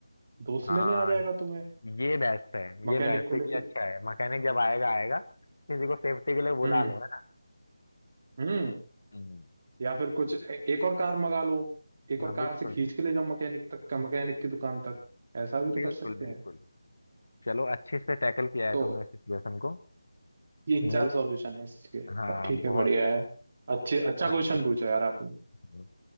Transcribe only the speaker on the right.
दोस्त
लेने आ जाएगा तुम्हें
मैकेनिक
को
लेके
हम्म
हम्म
या फिर कुछ ए- एक और कार मंगा लो एक और
कार
से खींच
के ले जाओ मैकेनिक तक मैकेनिक की दुकान तक ऐसा भी तो
कर सकते
हैं
तो
तीन चार
सॉल्यूशन है इसके
ठीक
है बढ़िया है अच्छे अच्छा
क्वेश्चन
पूछा यार आपने